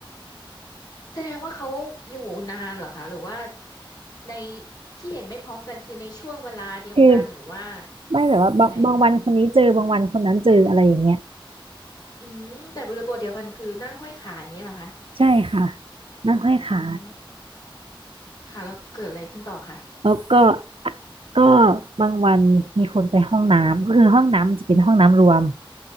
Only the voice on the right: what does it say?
คือไม่แบบว่าบางบางวันคนนี้เจอบางวันคนนั้นเจออะไรอย่างเงี้ย
ใช่ค่ะนั่งห้อยขา
แล้วก็ก็บางวันมีคนไปห้องน้ำก็คือห้องน้ำมันจะเป็นห้องน้ำรวม